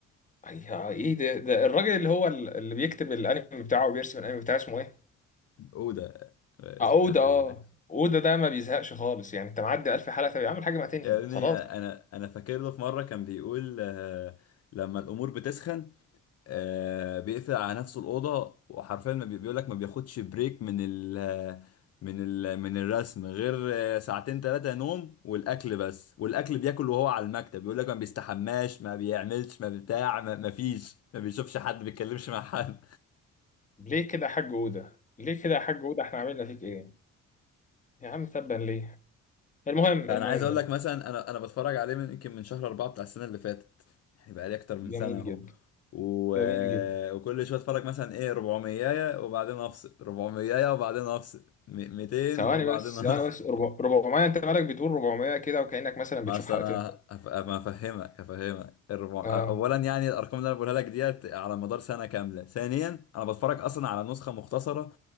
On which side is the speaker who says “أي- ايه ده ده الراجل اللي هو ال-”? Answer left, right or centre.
Left